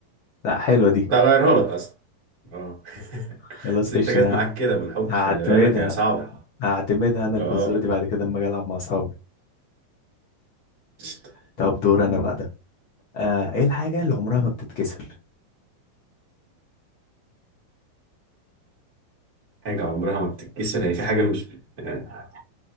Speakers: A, on the left; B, on the right.
A: لا حلوه دي
B: تغيرها لك اصلا اه <laughs>
A: خلاص
B: ست
A: قشطه
B: جت
A: انا
B: معاك كده بالحب
A: هعتمدها
B: خلي بالك هي صعبة
A: هعتمدها انا الفزوره
B: اه
A: دي بعد كده اما اجي العب مع اصحابي
B: قشطة.
A: طب دور انا بقى ده آه ايه الحاجه اللي عمرها ما بتتكسر
B: حاجة عمرها ما بتتكسر هي في حاجة مش آه.